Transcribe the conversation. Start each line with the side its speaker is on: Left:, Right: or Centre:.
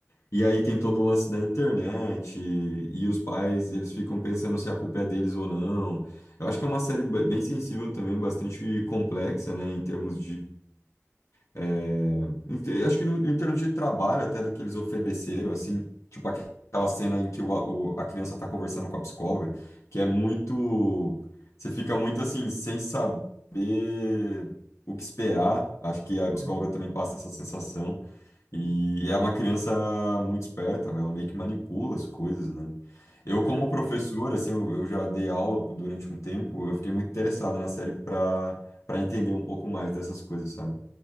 Left: E aí tem todo o lance da internet e, e os pais, eles ficam pensando se a culpa é deles ou não. Eu acho que é uma série ba- bem sensível também, bastante complexa, né, em termos é, em te- acho que no- em termos de trabalho até do que eles ofereceram, assim, tipo aquela cena em que o, a o- a criança tá conversando com a psicóloga, que é muito, você fica muito assim, sem saber o que esperar, acho que a
Right: Uhum.
Left: psicóloga também passa essa sensação,
Right: Sim,
Left: e é uma criança muito esperta, ela meio que manipula as coisas, né? Eu,
Right: Pois
Left: como
Right: é.
Left: professor, assim, eu, eu já dei aula durante um tempo, eu fiquei muito interessado na série para para entender um pouco mais dessas coisas, sabe?